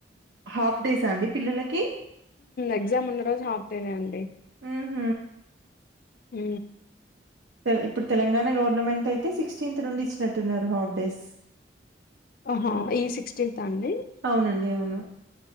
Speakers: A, on the right; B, on the left.
A: హాఫ్ డేసా అండి పిల్లలకి?
B: ఎగ్జామ్ ఉన్న రోజు హాఫతేనే అండి
A: ఆ హ
B: హ
A: ఇప్పుడు తెలంగాణ గవర్నమెంట్ అయితే సిక్స్టీన్త్ నుండి ఇచ్చినట్టున్నారు హాఫ్ డేస్
B: ఆహా ఈ సిక్స్టీన్త్ అంగ్డి
A: అవునండి. అవును.